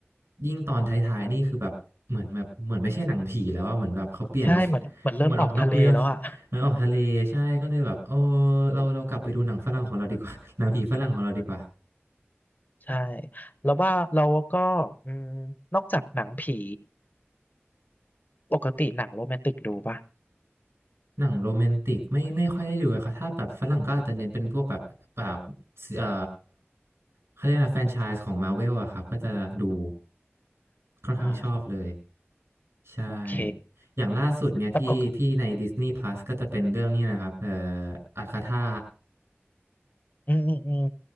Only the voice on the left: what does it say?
ใช่เหมือนเหมือนเริ่มออกทะเลแล้วอ่ะ
ใช่แล้วว่าเราก็อืมนอกจากหนังผีปกติหนังโรแมนติกดูป่ะ
อ่า
โอเค
แต่ปก
อืมอืมอืม